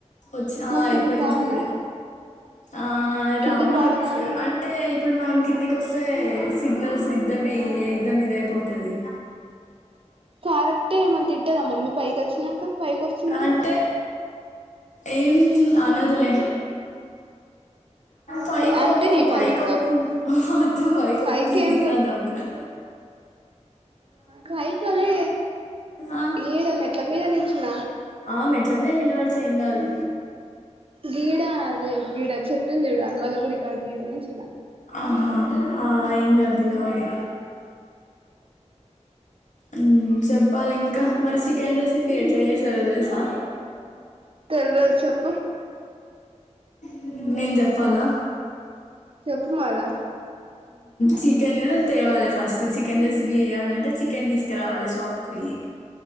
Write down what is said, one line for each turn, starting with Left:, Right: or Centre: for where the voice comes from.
Left: వచ్చి ఆ
Right: మళ్ళీ
Left: అయిపోయింది
Right: కిందికి రావాలా
Left: ఇప్పుడే ఆ
Right: కిందికి
Left: రామలచ్
Right: రావాలా అని
Left: అంటే ఇప్పుడు మనం కింద కి వస్తే సిగ్నల్స్ ఇద్దవి ఎదాం ఇదయిపోతుంది
Right: కారెట్టేమైనా తిట్టదా మమ్మీ పైకి వచ్చినాంక పైకి వచ్చిందని
Left: అంటే ఏం అనదులే పై కోకు
Right: అంటే నీ
Left: పై
Right: పని చెప్తా
Left: కోకు ఒద్దు పై కోకు
Right: పైకి
Left: కిందికిరా
Right: ఏం
Left: దబురా
Right: పైకలే
Left: ఆ,
Right: ఏడ మెట్ల మీధనుంచిన
Left: ఆ మెట్ల మీద నిలబడితే ఎం గాదు
Right: గిడ అదే గిడ చెట్టుందిజుడు అ మల్ల గుడి కాడ గీడ నించున్న
Left: ఆహా ఆ ఎంగాదు నిలబడు ఉమ్ చెప్పాలి ఇంకా మరి చికెన్ రెసిపీ ఎట్లా చేసారో తెలుసా
Right: తెలివదు చెప్పు
Left: మ్మ్ నేను చెప్పాల్నా
Right: చెప్పు మాలా
Left: చికెన్ తేవాలి ఫస్ట్ చికెన్ రెసిపీ చేయాలంటే చికెన్ తీసుకురావాలి షాప్కి పొయ్యి